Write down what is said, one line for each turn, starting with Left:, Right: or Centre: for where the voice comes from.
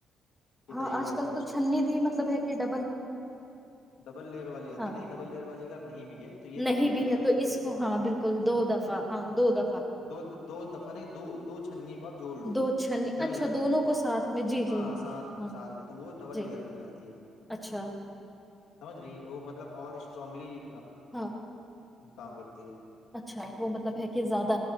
Left: یہ
Centre: ہاں
Left: طریقہ
Centre: آج
Left: ہوتا
Centre: کل
Left: ہے
Centre: تو
Left: اس کا
Centre: چھنی بھی مطلب ہے کہ ڈ
Left: ڈبل لیئر والی آتی
Centre: ہاں
Left: نہیں ڈبل لیئر والی اگر نہیں بھی ہے تو یہ طریقہ
Centre: نہیں بھی
Left: میں نے
Centre: ہے
Left: بتا
Centre: تو
Left: دیا
Centre: اس کو ہاں بالکل دو دفعہ ہاں دو دفعہ
Left: دو دو دفعہ نہیں دو دو چھنی جوڑ لو
Centre: دو چھنی
Left: جڑ
Centre: اچھا
Left: جاتی
Centre: دونوں کو ساتھ میں جی
Left: ہاں
Centre: جی
Left: ساتھ میں
Centre: ہاں
Left: ساتھ میں تو وہ ڈبل
Centre: جی
Left: لیئر بن جاتی ہے
Centre: اچھا
Left: سمجھ رہی وہ مطلب اور اسٹرانگلی
Centre: ہاں
Left: کام کرتی ہے
Centre: اچھا وہ مطلب ہے کہ زیادہ